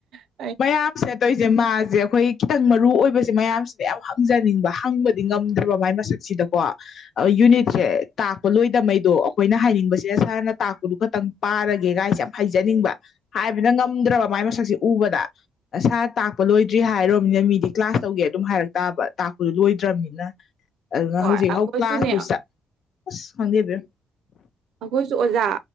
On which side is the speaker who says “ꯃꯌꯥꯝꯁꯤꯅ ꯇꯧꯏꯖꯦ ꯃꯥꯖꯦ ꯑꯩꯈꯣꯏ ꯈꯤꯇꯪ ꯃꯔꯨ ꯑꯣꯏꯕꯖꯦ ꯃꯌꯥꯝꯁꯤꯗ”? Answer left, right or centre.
Left